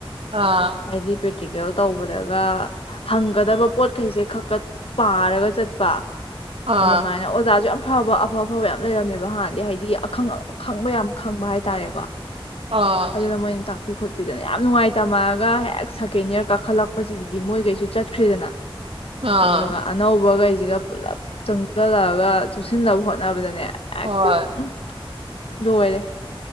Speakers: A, on the right; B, on the left.
A: ꯑꯥ
B: ꯍꯥꯏꯗꯤ ꯄꯦ ꯄ꯭ꯔꯦꯛꯇꯤꯔꯤꯀꯦꯜ ꯇꯧꯕꯗꯒ ꯍꯪꯒꯗꯕ ꯄꯣꯠꯈꯩꯁꯦ ꯈꯀ ꯄꯥꯔꯒ ꯆꯠꯄ
A: ꯑꯥ
B: ꯑꯗꯨꯃꯥꯏꯅ ꯑꯣꯖꯥꯁꯨ ꯌꯥꯝ ꯐꯕ ꯑꯐ ꯑꯐꯕ ꯌꯥꯝ ꯂꯩꯔꯝꯃꯦꯕ ꯍꯥꯟꯗꯤ ꯍꯥꯏꯗꯤ ꯑꯈꯪ ꯑꯈꯪꯕ ꯌꯥꯝ ꯈꯪꯕ ꯍꯥꯏꯇꯥꯔꯦꯀꯣ
A: ꯑꯥ
B: ꯑꯗꯨꯅ ꯃꯣꯏꯅ ꯇꯥꯛꯄꯤ ꯈꯣꯠꯄꯤ ꯄꯤꯗꯅ ꯌꯥꯝ ꯅꯨꯡꯉꯥꯏꯇꯝꯃꯛꯑꯥꯒ ꯍꯦꯛ ꯁꯦꯀꯦꯟ ꯏꯌꯥꯔ ꯀꯥꯈꯠꯂꯛꯄꯁꯤꯗꯗꯤ ꯃꯣꯏꯈꯩꯁꯨ ꯆꯠꯈ꯭ꯔꯦꯗꯅ
A: ꯑꯥ
B: ꯑꯗꯨꯒ ꯑꯅꯧꯕꯒꯩ ꯖꯤꯒ ꯄꯨꯂꯞ ꯆꯪ ꯒꯜꯂꯛꯑꯒ ꯆꯨꯞꯁꯤꯟꯅꯕ ꯍꯣꯠꯅꯕꯗꯅꯦ ꯑꯦꯛꯇ
A: ꯍꯣꯏ
B: ꯎꯝ ꯂꯣꯏꯔꯦ